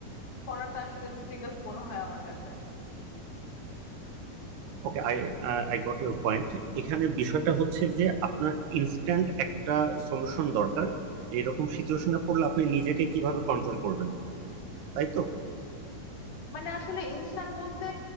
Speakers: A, on the left; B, on the right.
A: করাটা আসলে ডিফিকাল্ট মনে হয় আমার কাছে
B: okay I I got your point এখানে বিষয়টা হচ্ছে যে আপনার ইনস্ট্যান্ট একটা সলিউশন দরকার এরকম সিচুয়েশনে পড়লে আপনি নিজেকে কিভাবে কন্ট্রোল করবেন তাই তো
A: মানে আসলে ইনস্ট্যান্ট বলতে